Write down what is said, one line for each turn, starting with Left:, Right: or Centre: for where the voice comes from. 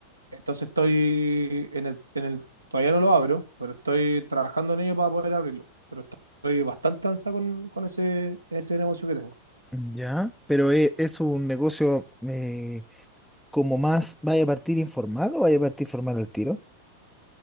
Right: Entonces estoy en el, en el, todavía no lo abro, pero estoy trabajando en ello para poder abrirlo. Pero estoy bastante ansa con, con ese, ese negocio que tengo.
Centre: ya. Pero e- es, un negocio eh, como más, ¿vaya a partir informal o vaya a partir formal al tiro?